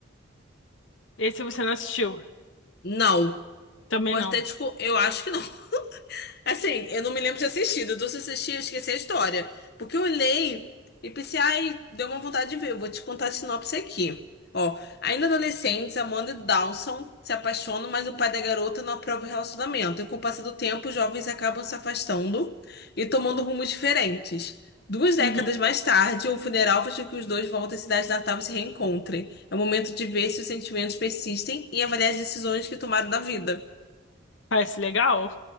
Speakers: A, on the left (about 65°); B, on the left (about 50°).
A: Esse você não assistiu.
B: Não.
A: Também
B: Posso
A: não.
B: até, discu- eu acho que não. Assim, eu não me lembro de assistido. Então, se eu assisti, eu esqueci a história. Porque eu olhei e pensei, ai, deu uma vontade de ver. Eu vou te contar a sinopse aqui. Ó, ainda adolescentes, Amanda e Dawson se apaixonam, mas o pai da garota não aprova o relacionamento. E com o passar do tempo, os jovens acabam se afastando e tomando rumos diferentes. Duas décadas
A: Uhum.
B: mais tarde, um funeral faz com que os dois voltem à cidade natal e se reencontrem. É o momento de ver se os sentimentos persistem e avaliar as decisões que tomaram na vida.
A: Parece legal.